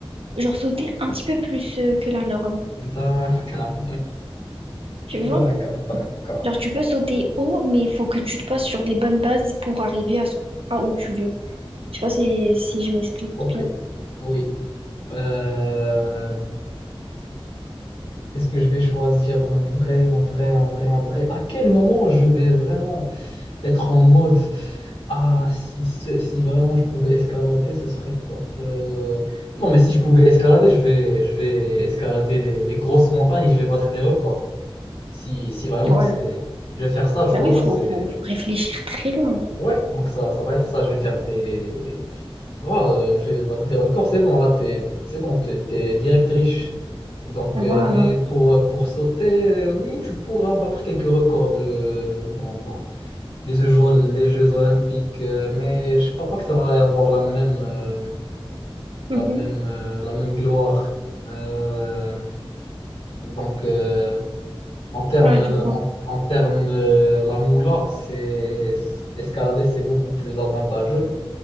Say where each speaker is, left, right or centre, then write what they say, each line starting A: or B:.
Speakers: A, on the right; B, on the left.
A: genre sauter un petit peu plus euh, que la norme,
B: D'accord,
A: tu
B: <laughs>
A: vois?
B: d'accord, d'accord.
A: Genre tu peux sauter haut, mais il faut que tu te passes sur les bonnes bases pour arriver à, ce- à où tu veux. Je sais pas si, si je m'explique
B: Ok,
A: bien.
B: oui. Euh, Qu'est-ce que je vais choisir en vrai, en vrai, en vrai, en vrai? À quel moment je vais vraiment. être en mode, ah, si, ce- si vraiment je pouvais escalader, ce serait top. Euh, Non, mais si je pouvais escalader, je vais, je vais escalader les, les grosses montagnes et je vais battre des records. Si, si vraiment
A: Ouais,
B: c'est... Je vais faire ça, tu
A: bah
B: vois,
A: oui, il
B: ça
A: faut,
B: c'est...
A: faut, faut réfléchir très loin.
B: Ouais, donc ça, ça va être ça, je vais faire des... Voilà, euh, je vais battre des records, c'est bon, là, t'es, c'est bon, t'es, t'es direct riche. Donc,
A: Voilà.
B: euh, mais pour, pour sauter, euh, oui, tu pourras battre quelques records de, dans, dans- les Jeux, Ol- les Jeux Olympiques, euh, mais je crois pas que ça va y avoir la même, euh, la
A: Mhm.
B: même, euh, la même gloire. Euh, donc, euh, en termes,
A: Ouais,
B: euh,
A: du coup
B: en, en termes, euh, la moula, c'est escalader, c'est beaucoup plus avantageux.